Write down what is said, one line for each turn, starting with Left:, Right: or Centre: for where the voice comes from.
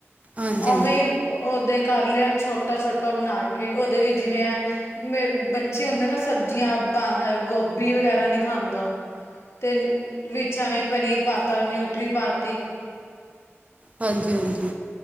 Right: ਹਾਂਜੀ
Left: ਓਵੇਂਈ
Right: ਹਾਂਜੀ
Left: ਓਦੇ ਕਰ ਲੇਯਾ ਛੋਟਾ- ਛੋਟਾ ਬਨਾ ਕੇ ਓਦੇ ਵੀ ਜਿਵੇਂ ਐ ਬੱਚੇ ਹੁੰਦੇ ਨਾ ਸਬਜ਼ੀਆਂ ਤਾਂ ਕਰਕੇ ਗੋਭੀ ਵਗੈਰਾ ਨੀ ਖਾਂਦਾ, ਤੇ ਵਿੱਚ ਐਵੇਂ ਪਨੀਰ ਪਾਤਾ, ਨਿਊਟਰੀ ਪਾਤੀ
Right: ਹਾਂਜੀ-ਹਾਂਜੀ।